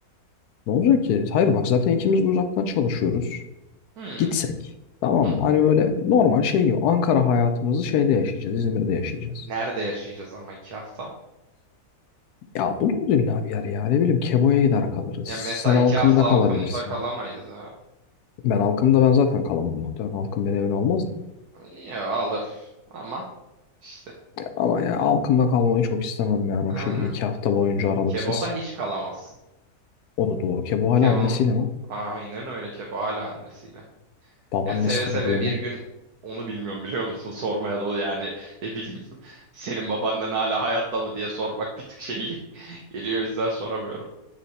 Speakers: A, on the left; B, on the right.
A: Ne olacak ki? Hayır bak zaten ikimiz de uzaktan çalışıyoruz.
B: hı,
A: Gitsek tamam
B: hı hı.
A: mı? Hani böyle normal şey gibi Ankara hayatımızı şeyde yaşayacağız. İzmir'de yaşayacağız.
B: Nerede yaşayacağız ama iki hafta?
A: Ya buluruz illa bir yer ya. Ne bileyim Kebo'ya gider kalırız.
B: Ya
A: Sen
B: mesela iki
A: Alkım'da
B: hafta
A: kalabilirsin.
B: halkında kalamayız ya.
A: Ben Alkım'da ben zaten kalamam muhtemelen. Alkım beni evine almaz da.
B: Ya alır ama işte
A: Ama ya Alkım'da kalmayı çok istemem yani
B: aynen.
A: o şekilde iki hafta boyunca aralıksız.
B: Kebo'da hiç kalamazsın.
A: O da doğru. Kebo hala
B: Keba'nın
A: annesiyle mi?
B: aynen öyle Keba hala annesiyle.
A: Babaannesi
B: Yani seve seve
A: de duruyor
B: bir
A: mu?
B: gün onu bilmiyorum biliyor musun? Sormaya da yani ne bileyim <laughs> senin babaannen hala hayatta mı diye sormak bir tık şey <laughs> geliyor o yüzden soramıyorum.